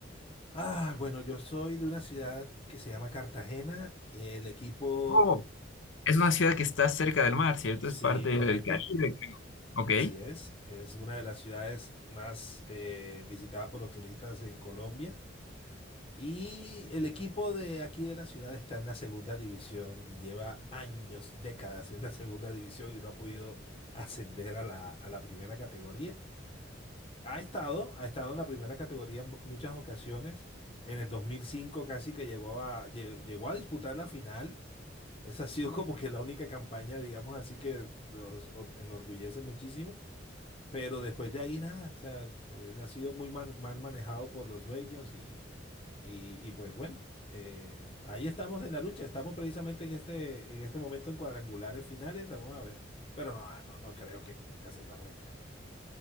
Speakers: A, on the left; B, on the left.
A: Ah, bueno, yo soy de una ciudad que se llama Cartagena. y El equipo,
B: Oh, es una ciudad que está cerca del mar, ¿cierto?
A: sí,
B: Es parte del
A: correcto,
B: Caribe, creo. Ok.
A: así es. Es una de las ciudades más eh, visitadas por los turistas en Colombia. Y el equipo de aquí de la ciudad está en la segunda división y lleva años, décadas en la segunda división y no ha podido ascender a la, a la primera categoría. Ha estado, ha estado en la primera categoría en muchas ocasiones. En el 2005 casi que llegó a, lle- llegó a disputar la final. Esa ha sido como que la única campaña, digamos así, que nos or- enorgullece muchísimo. Pero después de ahí nada, o sea, pues, ha sido muy man- mal manejado por los dueños y, y, y pues bueno, eh, ahí estamos en la lucha. Estamos precisamente en este, en este momento en cuadrangulares finales. Vamos a ver. Pero no, no, no creo que, que ascendamos este año.